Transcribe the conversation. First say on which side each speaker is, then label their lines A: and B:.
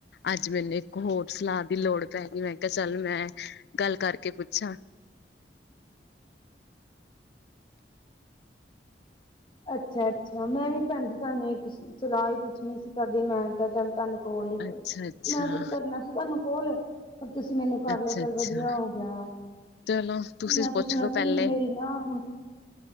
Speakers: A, on the left; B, on the left.
A: ਅੱਜ ਮੈਨੂੰ ਇੱਕ ਹੋਰ ਸਲਾਹ ਦੀ ਲੋੜ ਪੈ ਗਈ ਮੈਂ ਕਿਹਾ ਚੱਲ ਮੈਂ ਗੱਲ ਕਰਕੇ ਪੁੱਛਾਂ।
B: ਅੱਛਾ-ਅੱਛਾ ਮੈਂ ਵੀ ਭੈਣਜੀ ਤੁਹਾਨੂੰ ਇੱਕ ਸਲਾਹ ਹੀ ਪੁੱਛਣੀ ਸੀ ਤੁਹਾਡੇ ਮੈਂ ਚੱਲ ਤੁਹਾਨੂੰ ਕੋਲ ਹੀ
A: ਅੱਛਾ ਅੱਛਾ
B: ਮੈਂ ਕਰਨਾ ਸੀ ਫੇਰ ਤੁਹਾਨੂੰ ਕੋਲ ਪਰ ਤੁਸੀਂ ਮੈਨੂੰ ਕਰ
A: ਅੱਛਾ
B: ਲਿਆ ਚੱਲ,
A: ਅੱਛਾ
B: ਵਧੀਆ ਹੋ ਗਿਆ।
A: ਚਲੋ ਤੁਸੀਂ
B: ਮੈਂ ਪੁੱਛਣਾ
A: ਪੁੱਛ ਲੋੋ ਪਹਿਲੇ
B: ਸੀ ਮੇਰੀ ਨਾ ਹੁਣ